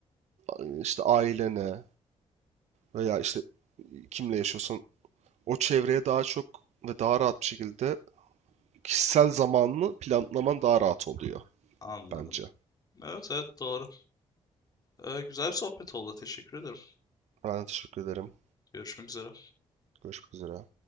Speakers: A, on the right; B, on the left.
A: e, işte ailene veya işte kimle yaşıyorsan o çevreye daha çok ve daha rahat bir şekilde kişisel zamanını planlaman daha rahat oluyor
B: Anladım.
A: bence.
B: Evet, evet doğru. E, güzel bir sohbet oldu. Teşekkür ederim.
A: Ben de teşekkür ederim.
B: Görüşmek üzere.
A: Görüşmek üzere.